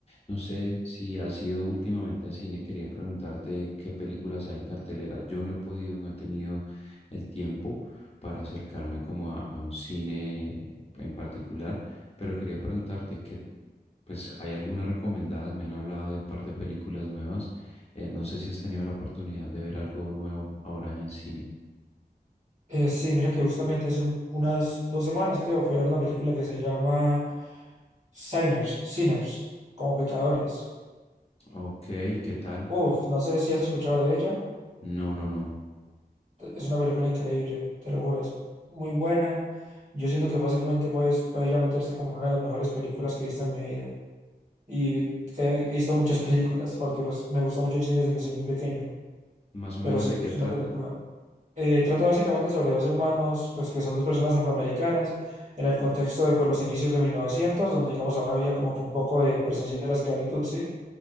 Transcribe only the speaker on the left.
no sé si has ido últimamente a cine, quería preguntarte qué películas hay en cartelera. Yo no he podido, no he tenido el tiempo para acercarme como a, a un cine en particular, pero quería preguntarte que, pues, ¿hay algunas recomendadas? Me han hablado de un par de películas nuevas eh, no sé si has tenido la oportunidad de ver algo nuevo ahora en cine.
Ok, ¿qué tal?
No, no, no.
¿Más o
menos
de qué
trata?